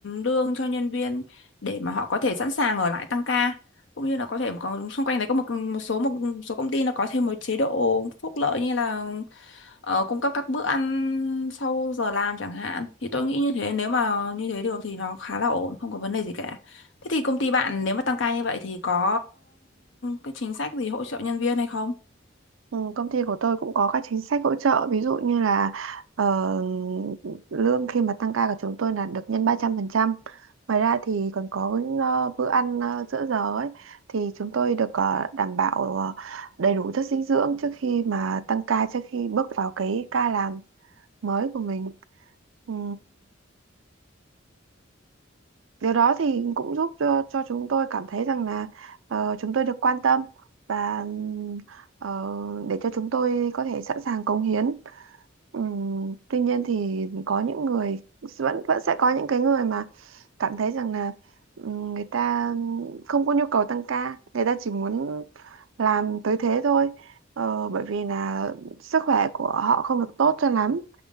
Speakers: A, on the left; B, on the right.
A: lương cho nhân viên để mà họ có thể sẵn sàng ở lại tăng ca cũng như là có thể có xung quanh đấy có một một số một, số công ty nó có thêm một chế độ phúc lợi như là ờ, cung cấp các bữa ăn sau giờ làm chẳng hạn thì tôi nghĩ như thế nếu mà như thế được thì nó khá là ổn không có vấn đề gì cả thế thì công ty bạn nếu mà tăng ca như vậy thì có cái chính sách gì hỗ trợ nhân viên hay không
B: Ừ, công ty của tôi cũng có các chính sách hỗ trợ ví dụ như là ờ, lương khi mà tăng ca của chúng tôi là được nhân ba trăm phần trăm ngoài ra thì còn có ờ, bữa ăn ờ, giữa giờ ấy thì chúng tôi được ờ, đảm bảo ờ, đầy đủ chất dinh dưỡng trước khi mà tăng ca trước khi bước vào cái ca làm mới của mình Ừ, Điều đó thì cũng giúp cho, cho chúng tôi cảm thấy rằng là ờ, chúng tôi được quan tâm và ừm, ờ, để cho chúng tôi có thể sẵn sàng cống hiến. Ừm, tuy nhiên thì có những người vẫn vẫn sẽ có những cái người mà cảm thấy rằng là ừm, người ta không có nhu cầu tăng ca, người ta chỉ muốn làm tới thế thôi. Ờ, bởi vì là sức khỏe của họ không được tốt cho lắm